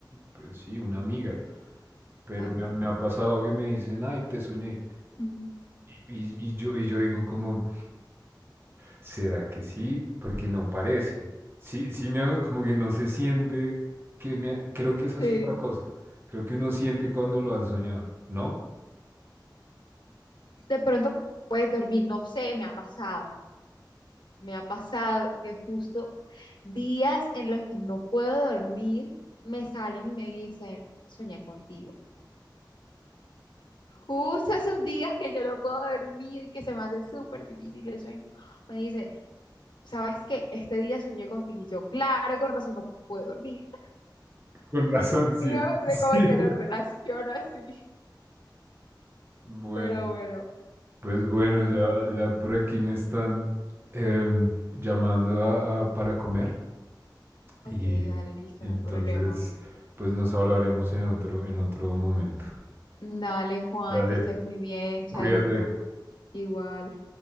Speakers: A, on the right; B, on the left.
A: pues sí, una amiga, pero
B: Exacto.
A: me ha, me ha pasado que me dicen, ay, te soñé.
B: Ujú.
A: Y, y- y yo, y yo digo como, ¿será que sí? Porque no parece. Sí, sí, me hago como que no se siente que me... ha- Creo que esa
B: Sí.
A: es otra cosa. Creo que uno siente cuando lo han soñado, ¿no?
B: De pronto puedes dormir, no sé, me ha pasado, me ha pasado que justo días en los que no puedo dormir me salen y me dicen, soñé contigo. Justo esos días que yo no puedo dormir, que se me hace súper difícil el sueño, me dicen sabes que este día soñé contigo y yo, claro, con razón no puedo dormir. <laughs>
A: Con razón,
B: Sí,
A: sí.
B: me
A: <laughs>
B: entiendes
A: Sí.
B: como que lo relaciono así.
A: Bueno.
B: Pero bueno,
A: Pues bueno,
B: Juan.
A: ya, ya por aquí me están em, llamando a, a- para comer
B: Ok,
A: y
B: vale, listo,
A: entonces
B: no hay problema.
A: pues nos hablaremos en otro, en otro momento.
B: Dale, Juan,
A: Dale,
B: que estés muy bien, chaito.
A: cuídate.
B: Igual.